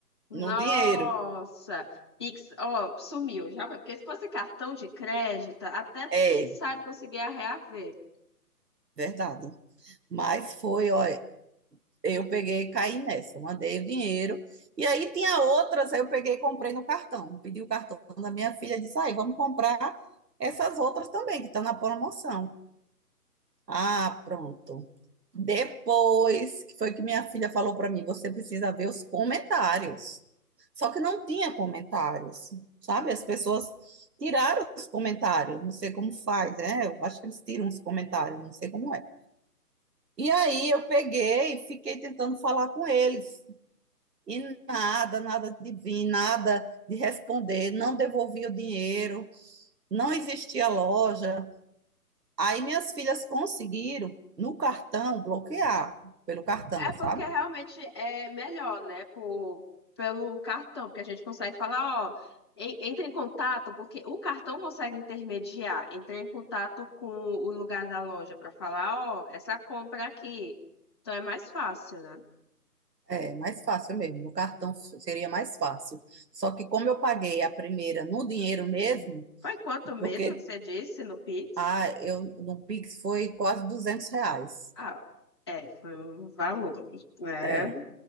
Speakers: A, on the left; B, on the right.
A: Nossa!
B: no dinheiro.
A: Pix, ó, sumiu, já foi. Porque se fosse cartão de crédito, até
B: É,
A: quem sabe conseguia reaver.
B: verdade. Mas foi, olha, eu peguei e caí nessa, mandei o dinheiro. E aí tinha outras, aí eu peguei e comprei no cartão. Pedi o cartão da minha filha, disse, aí, vamos comprar essas outras também, que tá na promoção. Ah, pronto. Depois que foi que minha filha falou para mim, você precisa ver os comentários. Só que não tinha comentários, sabe? As pessoas tiraram os comentários, não sei como faz, né? Eu acho que eles tiram os comentários, não sei como é. E aí eu peguei e fiquei tentando falar com eles. E nada, nada de vir, nada de responder, não devolvia o dinheiro, não existia loja. Aí minhas filhas conseguiram no cartão bloquear, pelo cartão,
A: É porque
B: sabe?
A: realmente é melhor, né? Por, pelo cartão, porque a gente consegue falar, ó, en- entra em contato, porque o cartão consegue intermediar, entrar em contato com o lugar da loja para falar, ó, essa compra aqui. Então é mais fácil, né?
B: É mais fácil mesmo, no cartão seria mais fácil. Só que como eu paguei a primeira no dinheiro mesmo,
A: Foi quanto mesmo
B: porque
A: que você disse no Pix?
B: ah, eu, no Pix foi quase 200 reais.
A: Ah, é, foi um valor, né?
B: É.